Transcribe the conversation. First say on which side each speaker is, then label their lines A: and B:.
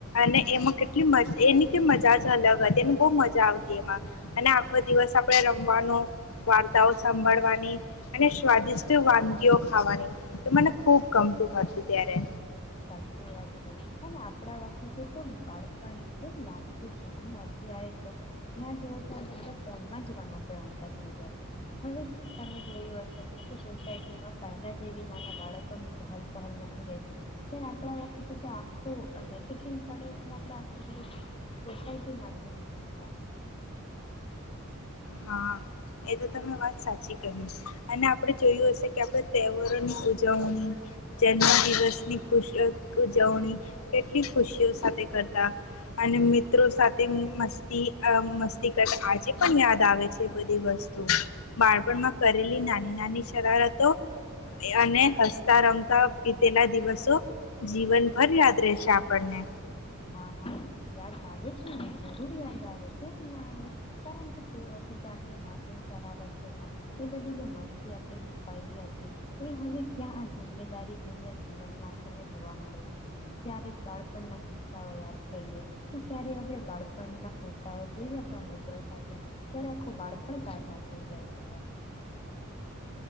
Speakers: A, on the left; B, on the left.
A: અને એમાં કેટલી મજા એની કે મજા જ અલગ હતી એને બો મજા આવતી એમાં અને આખો દિવસ આપણે રમવાનો વાર્તાઓ સાંભળવાની અને સ્વાદિષ્ટ વાનગીઓ ખાવાની એ મને ખુબ ગમતું હતું ત્યારે
B: સાચિ વાત છે, હને આપણા વખતે તો બાળપણ એ લાગતું પણ અને અત્યારે તો જ્યાં જોવો ત્યાં બધા ફોનમાં જ રમતો રમતા થઈ જાય છે હવે તમે જોયું હશે તો સોસાયટીમાં પહેલાં જેવી નાના બાળકોની ચહલ પહલ નથી રહેતી આપણા વખતે તો આખું વેકેશન પડે એટલે આપે આખું બધું સોસાયટી માથે લઈ લેતા
A: હા એ તો તમે વાત સાચી કહી અને આપણે જોયું હશે કે આપણે તહેવારોની ઉજવણી જન્મ દિવસની ખુશ ઉજવણી કેટલી ખુશીઓ સાથે કરતા અને મિત્રો સાથે મસ્તી મસ્તી કરતા આજે પણ યાદ આવે છે બધી વસ્તુ બાળપણમાં
B: હા
A: કરેલી નાની નાની શરારતો અને હસતા રમતા બિતેલા દિવસો જીવનભર યાદ રહેશે આપણને
B: હા હા યાદ આવે જ જરૂર યાદ આવે કેમ ના આવે કારણ કે તે વખતે આપણી માસુમ શરારતોમાં એ બધી મસ્તી આપણે છુપાયેલી હતી એ હવે ક્યાં આ જિમ્મેદારી ભર્યા જીવનમાં આપણને જોવા મળે છે ક્યારેક બાળપણ માથી યાદ કરીએ કે ક્યારે આપણે બાળપણના ફોટાઓ જોઈયા હતા મિત્રો સાથે ત્યારે આખું બાળપણ તાજા થઈ જાય છે પાછું.